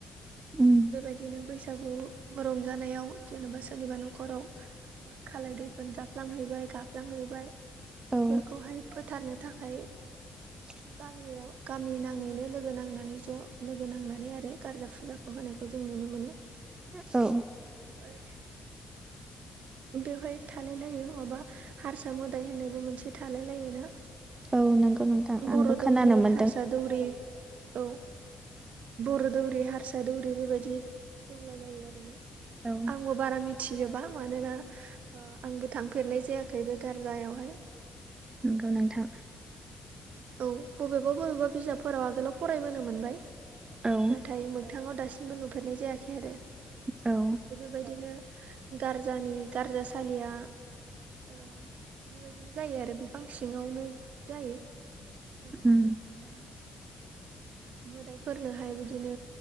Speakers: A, on the right; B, on the right.
A: उम
B: बेबायदिनो बैसागु रंजानायाव जेनेबा सोरनिबा न'खराव खालाय दैफोन जाफ्लांहैबाय गाफ्लांहैबाय बेफोरखौहाय
A: औ
B: फोथारनो थाखाय औ
A: <inaudible>
B: गामियाव गामि नाङैनो लोगो नांनानै ज' लोगो नांनानै आरो गारजा फुजा होनायखौ जों नुनो मोनो
A: औ
B: ओमफ्राय बेवहाय थालाय लायो नङाबा हारसा मोदाय होननायबो मोनसे थालाय लायो ना
A: औ नंगौ नोंथां
B: बर'
A: आंबो खोनानो
B: दौरि
A: मोनदों
B: हारसा दौरि औ बर' दौरि हारसा दौरि बेबायदि दंलाय लायो आरोना
A: औ
B: आंबो बारा मिथि मिथिजोबा मानोना आंबो थांफेरनाय जायाखै बे गारजायावहाय
A: नोंगौ नोंथां
B: औ बबेबा बबेबा बिजाबफोराव आगोलाव फरायबोनो मोनबाय
A: औ
B: नाथाय मोगथाङाव दासिम <unintelligible> नुफेरनाय जायाखै आरो
A: औ
B: बेबायदिनो गारजानि गारजासालिया बेबायदिनो जायो आरो बिफां सिङावनो जायो ओमफ्राय
A: उम
B: ओ मोदायफोरनोहाय बिदिनो